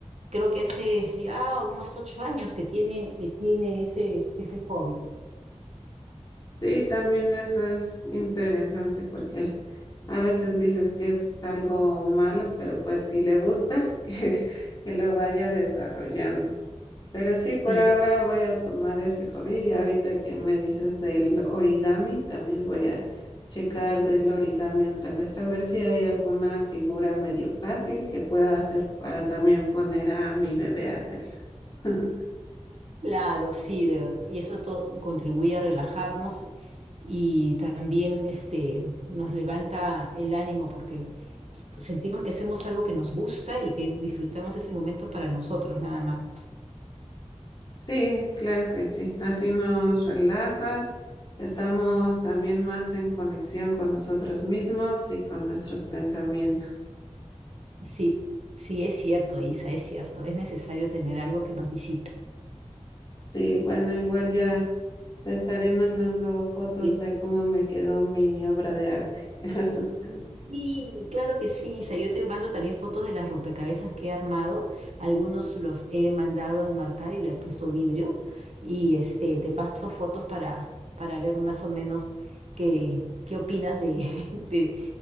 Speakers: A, on the right; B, on the left.
A: creo que hace ya unos ocho años que tiene, que tiene ese, ese hobby.
B: Sí, también eso es interesante porque a veces dices que es algo malo, pero pues si le gusta, <laughs> que, que lo vaya desarrollando. Pero sí, por
A: Sí,
B: ahora voy a tomar ese hobby y ahorita que me dices del origami, también voy a checar del origami otra vez, a ver si hay alguna figura medio fácil que pueda hacer para también poner a mi bebé a hacerla. <laughs>
A: claro, sí, de verdad. Y eso to- contribuye a relajarnos y también este, nos levanta el ánimo porque sentimos que hacemos algo que nos gusta y que disfrutamos ese momento para nosotros, nada más.
B: Sí, claro que sí. Así nos relaja, estamos también más en conexión con nosotros mismos y con nuestros pensamientos.
A: Sí, sí, es cierto, Isa, es cierto. Es necesario tener algo que nos disipe.
B: Sí, bueno, igual ya te estaré mandando fotos
A: Sí,
B: de cómo me quedó mi obra de arte. <laughs>
A: Sí, claro que sí, Isa. Yo te mando también fotos de las rompecabezas que he armado. Algunos los he mandado a enmarcar y le he puesto vidrio. Y este, te paso fotos para, para ver más o menos qué, qué opinas de, <laughs> de